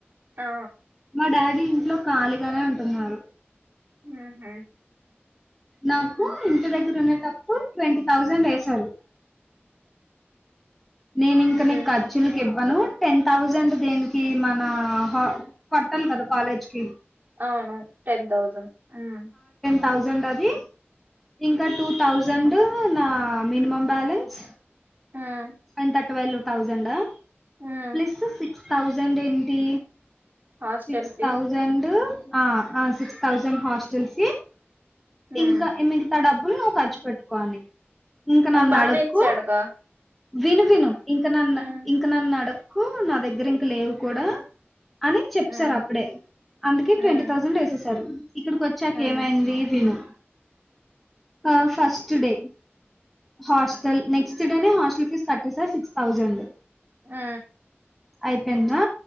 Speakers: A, on the right (about 40°); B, in the centre.
A: ఆ
B: మా డాడీ ఇంట్లో ఖాళీగానే ఉంటున్నారు.
A: మ్ హ్
B: నాకు ఇంటి దగ్గరున్నే టప్ ట్వంటీ థౌజండ్ ఏసారు. నేనింక
A: ఉమ్
B: నీక్ ఖర్చులుక్ ఇవ్వను టెన్ థౌజండ్ దేనికీ మన హా కట్టాలి కదా కాలేజ్కి
A: అవును టెన్ తౌసంద్ మ్
B: తౌసండ్ అది ఇంకా టూ తౌసం సండ్ నా మినిమం బాలెన్స్
A: ఉమ్
B: ఎంత ట్వల్వ్ థౌజండ్
A: ఉమ్
B: ప్లస్ సిక్స్ థౌజండ్ ఏంటి
A: హాస్టల్
B: సిక్స్
A: ఫీ
B: థౌజండ్ ఆ ఆ సిక్స్ థౌసండ్ హాస్టల్కీ
A: ఉమ్
B: ఇంకా మిగితా డబ్బులు నువ్ ఖర్చు పెట్టుకో అని ఇంకా నన్నడక్కు
A: బానే ఇచ్చాడుగా
B: విను విను ఇంక నన్
A: ఉమ్
B: ఇంక నన్నడక్కు నా దగ్గరింక లేవు కూడా అని చెప్పిసార్
A: ఉమ్
B: అప్పుడే అందుకే
A: ఉమ్
B: ట్వంటీ థౌసండ్ వేసేసారు. ఇక్కడికొచ్చాక
A: ఉమ్
B: ఏమైంది విను ఆ ఫస్ట్ డే హాస్టల్ నెక్స్ట్ డేనే హస్టల్ ఫీజ్ కట్టేసా సిక్స్ థౌజండ్
A: మ్
B: అయిపోయిందా